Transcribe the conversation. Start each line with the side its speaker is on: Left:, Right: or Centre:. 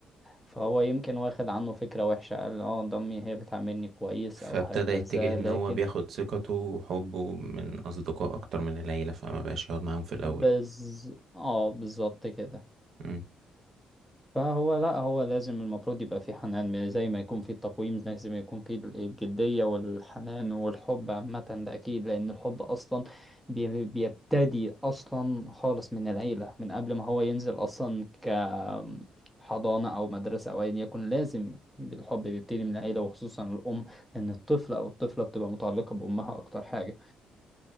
Centre: فهو يمكن واخد عنه فكرة وحشة قال اه ضمي هي بتعاملني كويس
Right: فابتدى
Centre: أو هكذا
Right: يتجه ان
Centre: لكن
Right: هو بياخد ثقته وحبه من اصدقاء اكتر من العيلة فما بقاش يقعد معاهم في الاول
Centre: بز اه بالظبط كده
Right: مم.
Centre: فهو لا هو لازم المفروض يبقى في حنان زي ما يكون في التقويم لازم يكون في الجدية والحنان والحب عامة ده أكيد لأن الحب أصلا بي- بيبتدي أصلا خالص من العيلة من قبل ما هو ينزل أصلا كحضانة أو مدرسة أو أيا يكن لازم الحب بيبتدي من العيلة وخصوصا الأم لأن الطفل أو الطفلة بتبقى متعلقة بأمها أكتر حاجة